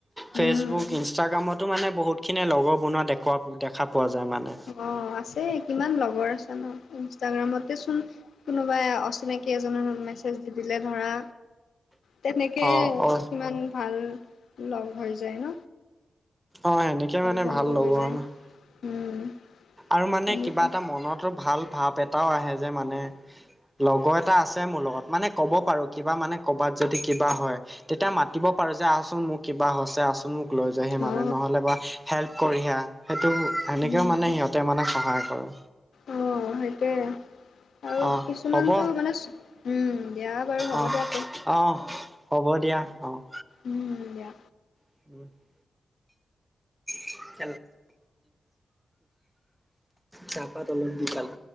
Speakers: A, in the centre; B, on the left.
A: ফেচবুক
B: উম
A: ইনষ্টাগ্ৰামতো মানে বহুতখিনিয়ে লগৰ বনোৱা দেখুৱা-দেখা পোৱা যায় মানে।
B: অ', আছে কিমান লগৰ আছে ন, ইনষ্টাগ্ৰামতে চোন কোনোবাই অচিনাকি এজনে মেছেজ দি দিলে ধৰা তেনেকে
A: অ অ
B: কিমান ভাল লগ হৈ যায় ন।
A: অ', সেনেকে মানে
B: বন্ধু
A: ভাল লগৰ
B: হৈ যায়
A: <unintelligible>
B: উম
A: আৰু মানে
B: তেনেকুৱা
A: কিবা এটা মনতো ভাল ভাৱ এটাও আহে যে মানে লগৰ এটা আছে মোৰ লগত, মানে ক'ব পাৰো কিবা মানে কৰ'বাত যদি কিবা হয়। তেতিয়া মাতিব পাৰো যে আহচোন মোৰ কিবা হৈছে, আহচো চোন মোক লৈ যোৱাহি মানে
B: অ
A: নহলে বা হেল্প কৰি হি আহ, সেইটো সেনেকেও
B: উম
A: মানে সিহঁতে মানে সহা কৰে।
B: অ', সেইটোৱে। আৰু
A: অ
B: কিছুমানটো
A: হ'ব
B: মানে চো- উম। দিয়া বাৰু হ'ব
A: অ
B: দিয়া তে।
A: অ', হ'ব দিয়া অ'।
B: উম, দিয়া।
A: <unintelligible> <inaudible> চাহপাত অলপ দি পালো।